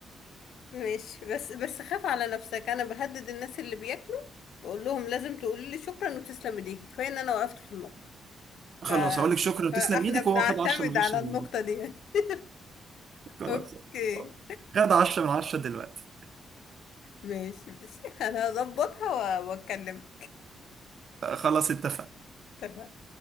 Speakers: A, on the left; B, on the right.
A: ماشي بس بس خاف على نفسك انا بهدد الناس اللي بياكلوا بقول لهم لازم تقولي لي شكرا وتسلم ايديكي كفايه ان انا وقفت في المطبخ ف...
B: خلاص هقول لك شكرا وتسلم
A: فاحنا
B: ايدك
A: بنعتمد
B: وهو خد 10 من
A: على
B: 10 من
A: النقطة
B: دلوقتي
A: دي <laughs>
B: خلاص
A: اوكي
B: خد 10 من 10 دلوقتي
A: ماشي ماشي <laughs> انا هظبطها و- واتكلم
B: خلاص اتفقنا
A: تمام